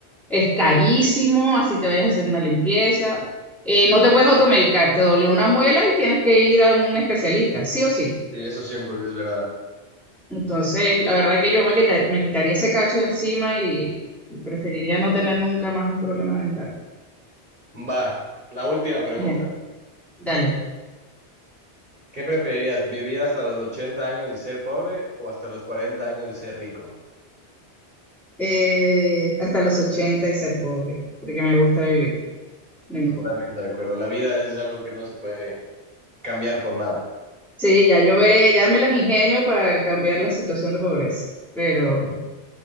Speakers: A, in the centre; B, on the right (about 45°).
A: es carísimo, así te vayas a hacer una limpieza. Eh, no te puedes automedicar, te dolió una muela y tienes que ir a un especialista, sí o sí.
B: Sí, eso siempre es verdad.
A: Entonces, la verdad que yo me quita- me quitaría ese cacho de encima y preferiría no tener nunca más un problema dental.
B: Va, la última pregunta.
A: Ya, dale.
B: ¿Qué preferirías, vivir hasta los 80 años y ser pobre o hasta los 40 años y ser rico?
A: Eh, hasta los 80 y ser pobre, porque me gusta vivir, no importa.
B: Totalmente de acuerdo. La vida es algo que no se puede cambiar por nada.
A: Sí, ya yo veré, ya me las ingenio para cambiar la situación de pobreza, pero,